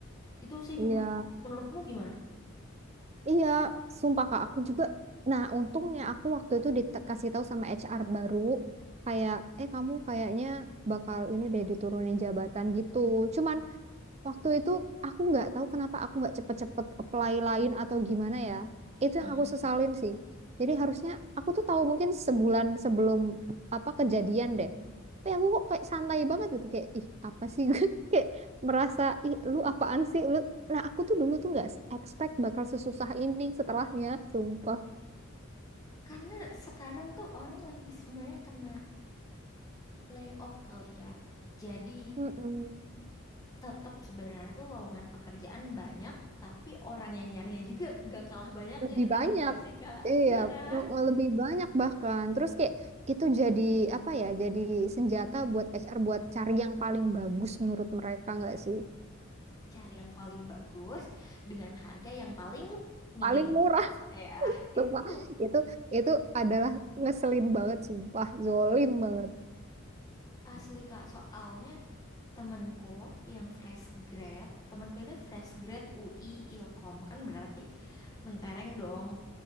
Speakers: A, on the left; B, on the right.
A: Gitu sih
B: Iya.
A: menurut menurutmu gimana?
B: Iya, sumpah Kak, aku juga. Nah, untungnya aku waktu itu dikasih tahu sama HR baru, kayak, eh kamu kayaknya bakal ini deh diturunin jabatan gitu. Cuman Waktu itu aku nggak tahu kenapa aku nggak cepet-cepet apply lain atau gimana ya. Itu
A: Hmm.
B: yang aku sesalin sih. Jadi harusnya aku tuh tahu mungkin sebulan sebelum apa kejadian deh. Tapi aku kok kayak santai banget gitu kayak ih apa sih <laughs> kayak merasa ih lu apaan sih lu. Nah aku tuh dulu tuh nggak expect bakal sesusah ini setelahnya, sumpah.
A: Karena sekarang tuh orang lagi semuanya kena layoff kali ya. Jadi
B: Mm-mm.
A: tetap sebenarnya tuh lowongan pekerjaan banyak, tapi orang yang nyarinya juga nggak kalah banyaknya
B: lebih
A: gitu
B: banyak
A: nggak sih, Kak?
B: iya
A: Iya kan?
B: mm, mm, lebih banyak bahkan terus kayak itu jadi apa ya jadi senjata buat HR buat cari yang paling bagus menurut mereka nggak sih
A: cari yang paling bagus dengan harga yang paling minim.
B: paling murah <laughs>
A: Ya,
B: sumpah
A: itu
B: itu itu adalah ngeselin banget sumpah zolim banget
A: asli Kak. Soalnya temenku yang fresh grad, temenku ini fresh grad UI Ilkom kan berarti mentereng dong.